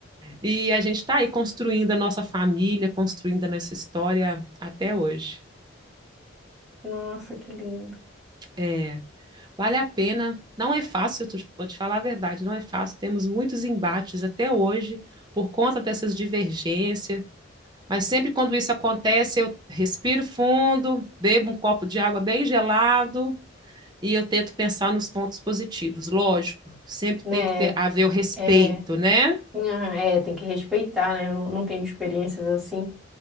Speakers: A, on the right; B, in the centre.
A: E a gente está aí construindo a nossa família, construindo a nossa história até hoje.
B: Nossa, que lindo.
A: É, vale a pena. Não é fácil, eu te- vou te falar a verdade, não é fácil. Temos muitos embates até hoje por conta dessas divergências Mas sempre quando isso acontece, eu respiro fundo, bebo um copo de água bem gelado e eu tento pensar nos pontos positivos. Lógico, sempre
B: Né?
A: tem que ter haver o respeito,
B: É,
A: né?
B: Aham, é, tem que respeitar, né? Eu não não tenho experiências assim